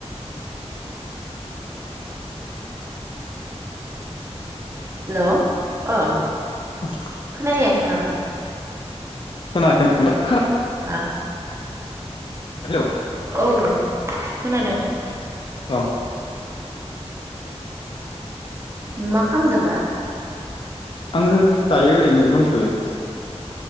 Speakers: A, on the right; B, on the left.
A: हेल' अ।
B: <inaudible>
A: खोनाहैयाखैमोन नामा नों?
B: खोनायाखैमोन <inaudible>
A: आ
B: औ
A: औ खोनादों।
B: औ
A: मा खालामदों बा।
B: आङो दायो ओरैनो दंथ'यो।